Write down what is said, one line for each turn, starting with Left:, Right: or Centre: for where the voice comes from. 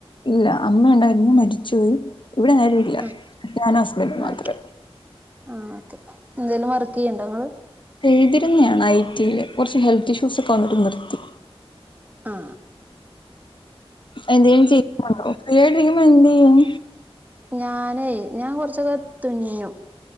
Left: ഇല്ല അമ്മ ഉണ്ടായിരുന്നു മരിച്ചുപോയി ഇവിടെ ആരുല്ല
Right: ആഹ്
Left: ഞാനും ഹസ്ബൻഡും
Right: ആഹ്
Left: മാത്രേള്ളു
Right: ആഹ് ഓക്കെ എന്തേലും വർക്ക് ചെയ്യ്ണ്ടോ ങ്ങള്?
Left: എഴുതിരുന്നയാണ് ഐ ടി യില് കുറച്ച് ഹെൽത്ത് ഇഷ്യൂസ് ഒക്കെ വന്നിട്ട് നിർത്തി
Right: ആ
Left: എന്തേലും ചെയ്യുന്നുണ്ടോ ഫ്രീ ആയിട്ടിരിക്കുമ്പോ എന്ത് ചെയ്യും
Right: ഞാനേ ഞാൻ കുറച്ചൊക്കെ തുന്നീനു